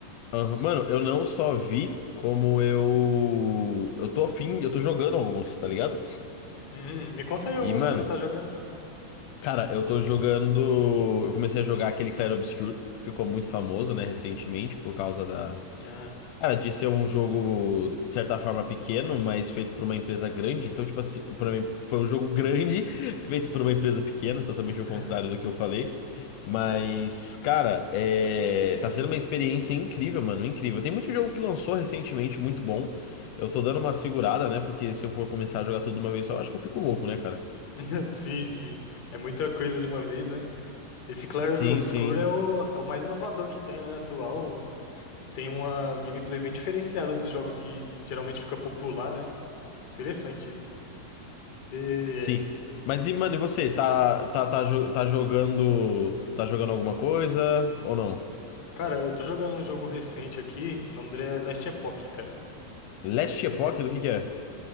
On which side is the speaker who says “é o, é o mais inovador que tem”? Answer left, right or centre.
Left